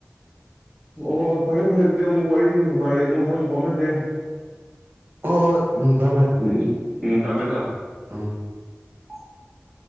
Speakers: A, in the centre; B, on the right.
A: ꯑꯣ ꯐꯔꯦ ꯐꯔꯦ ꯑꯗꯨꯗꯤ ꯑꯃꯨꯛ ꯋꯥꯔꯤ ꯅꯨꯡꯉꯥꯏ ꯑꯃꯨꯛ ꯃꯊꯪ ꯐꯥꯎꯅꯁꯦ
B: ꯑꯣ ꯎ ꯐꯔꯕꯔ
A: ꯎꯝ ꯎꯝ ꯊꯝꯃꯦ ꯊꯃꯦ
B: ꯑ
A: <unintelligible>